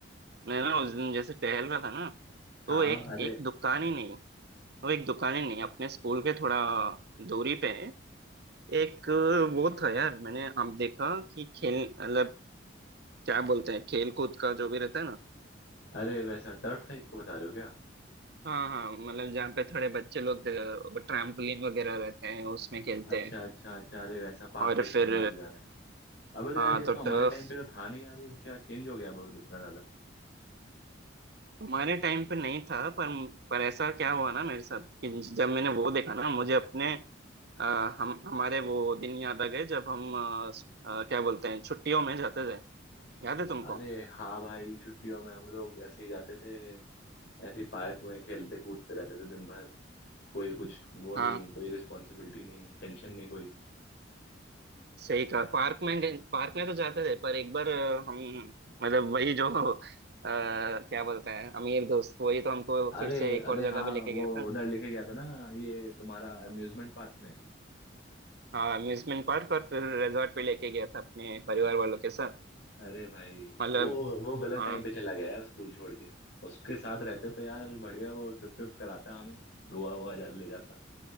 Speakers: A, on the right; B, on the left.
A: मैं ना उस दिन जैसे टहल रहा था ना
B: हाँ
A: तो एक
B: अरे
A: एक दुकान ही नहीं वो एक दुकानें नहीं अपने स्कूल के थोड़ा दूरी पे है एक वो था यार मैंने अब देखा कि खेल मतलब क्या बोलते हैं खेल कूद का जो भी रहता है ना
B: अरे वैसा टर्फ टाइप का बता रहे हो क्या
A: हाँ हाँ मतलब जहाँ पे थोड़े बच्चे लोग ट्रैम्पोलिन वगैरह रहते हैं उसमें खेलते
B: अच्छा
A: हैं
B: अच्छा अच्छा अरे वैसा पार्क
A: और
B: टाइप
A: फिर
B: का बना दिया है अबे तो यार
A: हाँ
B: ये
A: तो
B: तो हमारे
A: टर्फ
B: टाइम पे तो था नहीं यार ये क्या चेंज हो गया बोर्ड इतना
A: हमारे टाइम पे नहीं था पर पर ऐसा क्या हुआ ना मेरे साथ कि जब मैंने वो देखा ना मुझे अपने अ, हम हमारे वो दिन याद आ गए जब हम अ, अ, क्या बोलते हैं छुट्टियों में जाते थे याद है तुमको
B: अरे हाँ भाई छुट्टियों में हम लोग ऐसे ही जाते थे ऐसे ही पार्क में खेलते कूदते रहते थे दिन भर कोई कुछ वो नहीं
A: हाँ
B: कोई रिस्पॉन्सिबिलिटी नहीं टेंशन नहीं कोई
A: सही कहा पार्क में गए- पार्क में तो जाते थे पर एक बार अ, हम मतलब वही जो अ, क्या बोलते हैं अमीर दोस्त वही तो हमको
B: अरे
A: फिर से एक
B: अरे
A: और जगह
B: हाँ
A: पे लेके
B: वो
A: गया था
B: उधर लेके गया था ना ये तुम्हारा अम्यूजमेंट पार्क में
A: हाँ अम्यूजमेंट पार्क और फिर रिजॉर्ट पे लेके गया था अपने परिवार वालों के साथ
B: अरे भाई
A: मतलब
B: वो वो गलत
A: हाँ
B: टाइम पे चला गया यार स्कूल छोड़ के उसके साथ रहते तो यार बढ़िया वो ट्रिप ट्रिप कराता हमें गोवा वोवा जा ले जाता